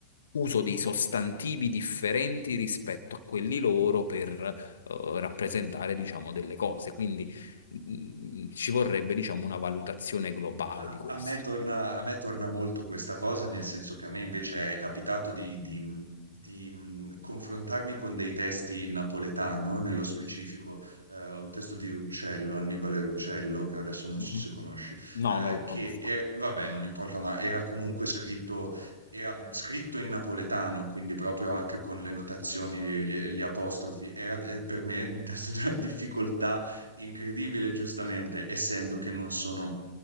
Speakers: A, on the left; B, on the right.
A: Uso dei sostantivi differenti rispetto a quelli loro per eh, rappresentare, diciamo, delle cose. Quindi mm, ci vorrebbe, diciamo, una valutazione globale
B: A,
A: di questo.
B: a me torna, a me torna molto questa cosa, nel senso che a me invece è capitato di, di, di, mh, confrontarmi con dei testi in napoletano, nello specifico eh, un testo di Ruccello, Annibale Ruccello, che adesso non
A: Mhm.
B: so se conosci,
A: No,
B: eh,
A: non lo conosco.
B: che è- vabbè, non importa, ma era comunque scritto, era scritto in napoletano, quindi proprio anche con le notazioni, gli, gli apostrofi, era eh, per me un testo di una difficoltà incredibile, giustamente, essendo che non sono